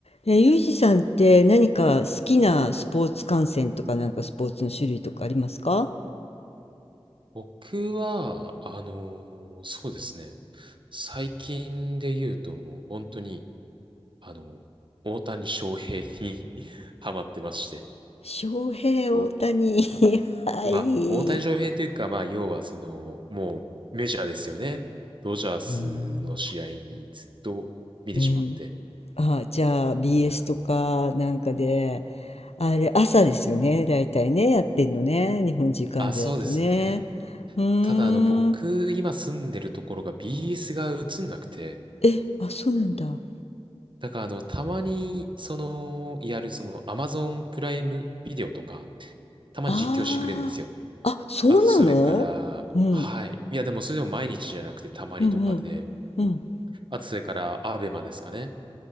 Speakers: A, on the left (about 85°); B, on the right (about 55°).
A: え、ユージさんって何か好きなスポーツ観戦とかなんかスポーツの種類とかありますか
B: 僕は、あのーそうですね。最近で言うともう本当に、あの、大谷翔平に <laughs> ハマってまして。
A: 翔平、
B: お、
A: 大谷、<laughs> はい。
B: まあ、大谷翔平というか、まあ、要はその、もうメジャーですよね。ドジャースの試合にずっと見てしまって。
A: うーん。うん。あ、じゃあ BS
B: いや、うん
A: とかなんかで、あれ朝ですよね。だいたいね、やってんのね。日本時間でだとね。
B: あ、そうですね。
A: うーん。
B: ただ、あの、僕、今住んでるところが BS が映んなくて、
A: え、あ、そうなんだ。あ
B: だから、あの、たまに、その、やる、その、Amazon プライムビデオとか、たまに実況してくれるんですよ。
A: あ。あ、そうなのうん。
B: あと、それから、はい。いや、でも、それでも毎日じゃなくて、たまにとかで、
A: うんうん。うん。
B: あと、それから、アベマですかね。